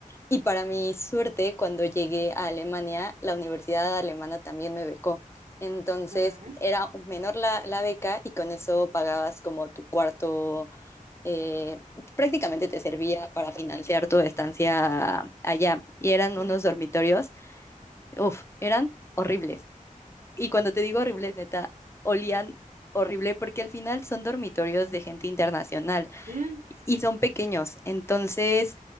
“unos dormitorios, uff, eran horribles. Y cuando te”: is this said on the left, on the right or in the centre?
Left